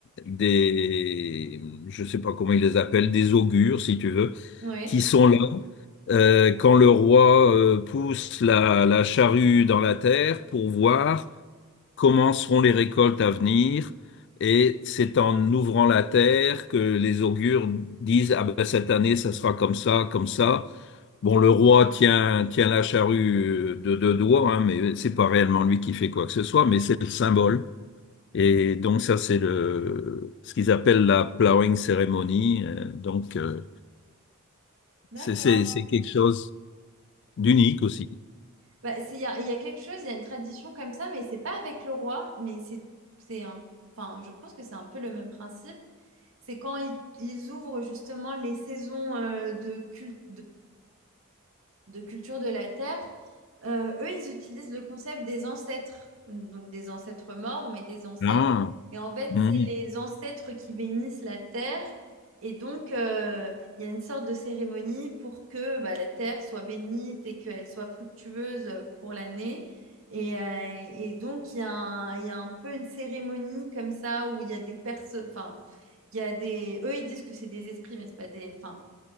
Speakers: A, on the left; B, on the right.
A: des, je sais pas comment ils les appellent, des augures, si tu veux,
B: Oui,
A: qui sont là. Euh, quand le roi euh, pousse la, la charrue dans la terre pour voir comment seront les récoltes à venir. Et c'est en ouvrant la terre que les augures disent, ah ben cette année, ça sera comme ça, comme ça. Bon, le roi tient, tient la charrue de deux doigts, hein, mais c'est pas réellement lui qui fait quoi que ce soit, mais c'est le symbole. Et donc ça, c'est le, ce qu'ils appellent la plowing ceremony. Euh, Donc euh, c'est
B: d'accord.
A: c'est- c'est quelque chose d'unique aussi.
B: Bah, c'est- il y a, il y a quelque chose, il y a une tradition comme ça, mais c'est pas avec le roi, mais c'est, c'est un, enfin, je pense que c'est un peu le même principe. C'est quand ils, ils ouvrent justement les saisons euh, de culte, de culture de la Terre, euh, eux, ils utilisent le concept des ancêtres, donc des ancêtres morts, mais des ancêtres.
A: Ah,
B: Et en fait,
A: mm.
B: c'est les ancêtres qui bénissent la terre. Et donc, euh, il y a une sorte de cérémonie pour que bah, la terre soit bénite et qu'elle soit fructueuse pour l'année. Et, euh, et donc, il y a un, il y a un peu une cérémonie comme ça où il y a des personnes, enfin, il y a des, eux, ils disent que c'est des esprits, mais c'est pas des, enfin,